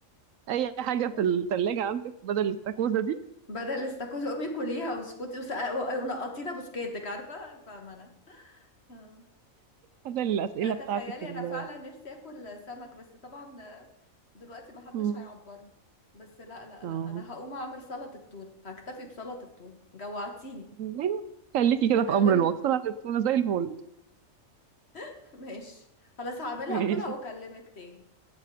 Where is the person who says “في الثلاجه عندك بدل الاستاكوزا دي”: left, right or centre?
Right